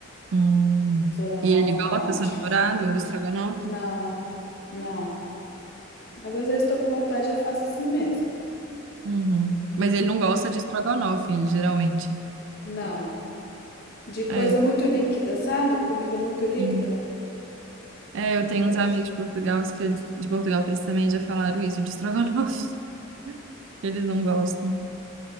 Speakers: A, on the right (about 70°); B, on the left (about 50°).
A: hum.
B: Estrogonofe
A: E ele gosta,
B: com
A: seu
B: de
A: namorado,
B: frango.
A: do estrogonofe?
B: Não, não. Mas às vezes tô com vontade, eu faço assim mesmo.
A: Uhum. Mas ele não gosta de estrogonofe, geralmente.
B: Não, de coisa
A: É,
B: muito líquida, sabe? Comida muito líquida,
A: sim. É, eu
B: não
A: tenho
B: gosto.
A: uns amigos de Portugal que eles, de Portugal que eles também já falaram isso de estrogonofe. <laughs> que Eles não gostam.